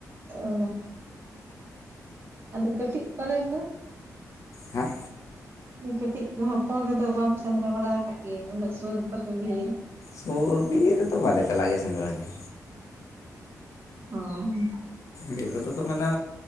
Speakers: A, on the right; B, on the left.
A: ᱚ ᱟᱫᱚ ᱠᱟᱹᱴᱤᱡ ᱠᱚᱨᱮ ᱫᱚ
B: ᱮᱸᱜ
A: ᱠᱟᱹᱴᱤᱡ ᱦᱚᱯᱚᱱ ᱨᱮᱫᱚ ᱵᱟᱢ ᱥᱮᱸᱫᱽᱨᱟ ᱵᱟᱲᱟ ᱟᱠᱟᱫ ᱜᱮ ᱩᱱᱟᱹᱜ ᱥᱩᱨ ᱨᱮ ᱛᱟᱯᱮ ᱵᱤᱨ
B: ᱥᱩᱨ ᱵᱤᱨ ᱨᱮᱫᱚ ᱵᱟᱞᱮ ᱪᱟᱞᱟᱜ ᱜᱮᱭᱟ ᱥᱮᱸᱫᱽᱨᱟ ᱜᱮ
A: ᱚᱸ
B: ᱵᱤᱨ ᱠᱚᱫᱚ ᱠᱚ ᱢᱮᱱᱮ